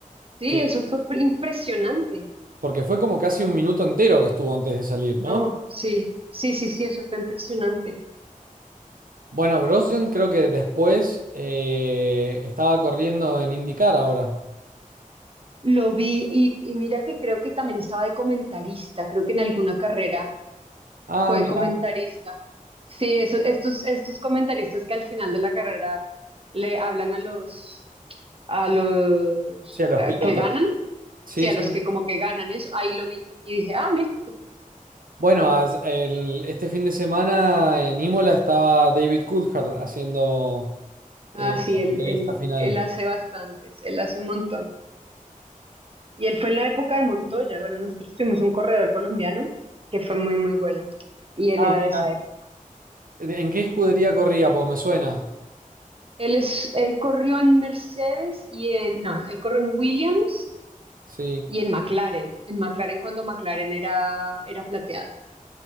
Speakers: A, on the right; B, on the right.
A: Sí,
B: que,
A: eso fue pr- impresionante.
B: porque fue como casi un minuto entero que estuvo antes de salir, ¿no?
A: No, sí, sí, sí, sí, eso fue impresionante.
B: Bueno, Grosjean creo que después eh, estaba corriendo en IndyCar ahora.
A: Lo vi y, y mira que creo que también estaba de comentarista, creo que en alguna carrera
B: Ah,
A: fue
B: mira,
A: comentarista. Sí, eso, estos, estos comentaristas que al final de la carrera le hablan a los, a los
B: hacia los
A: eh,
B: pilotos.
A: que ganan,
B: Sí,
A: sí, a
B: sí.
A: los que como que ganan eso, ahí lo vi y dije, ah, mira.
B: Bueno, as- el- este fin de semana en Imola estaba David Coulthard haciendo
A: Ah,
B: eh,
A: sí,
B: la entrevista
A: él, él,
B: final.
A: él hace bastantes, él hace un montón. Y él fue en la época de Montoya. Bueno, nosotros tuvimos un corredor colombiano que fue muy, muy bueno. Y él
B: Ah,
A: era
B: mira.
A: de esa época.
B: ¿En qué escudería corría? Porque me suena.
A: Él es, él corrió en Mercedes y en, no, él corrió en Williams
B: Sí.
A: y en McLaren. En McLaren cuando McLaren era, era plateada.